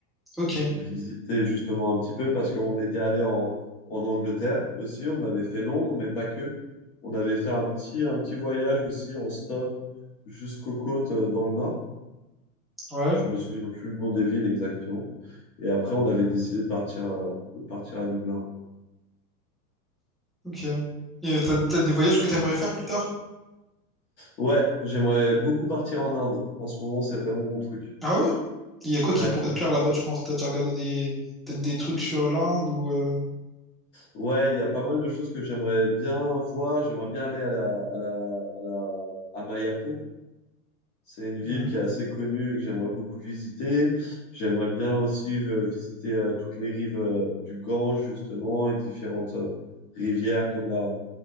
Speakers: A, in the centre; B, on the left.
A: Ok,
B: visiter justement un petit peu parce qu'on était allé en, en Angleterre aussi, on avait fait Londres, mais pas que. On avait fait un petit, un petit voyage aussi en stop jusqu'aux côtes euh, dans le nord.
A: ouais,
B: Je me souviens plus le nom des villes exactement. Et après, on avait décidé de partir à, de partir à Dublin.
A: ok. Et t'as t'as des voyages que t'aimerais faire plus tard?
B: Ouais, j'aimerais beaucoup partir en Inde. En ce moment, c'est vraiment mon truc.
A: Ah ouais? Il y a quoi
B: Ouais,
A: qui pourrait
B: je-
A: te plaire là-bas, tu penses? T'as déjà regardé des peut-être des trucs sur l'Inde ou euh,
B: ouais, il y a pas mal de choses que j'aimerais bien voir. J'aimerais bien aller à la, à la, à la, à Mayapur. C'est une ville
A: ouais.
B: qui est assez connue et que j'aimerais beaucoup visiter. J'aimerais bien aussi euh, visiter euh, toutes les rives euh, du Gange, justement, et différentes euh, rivières comme la,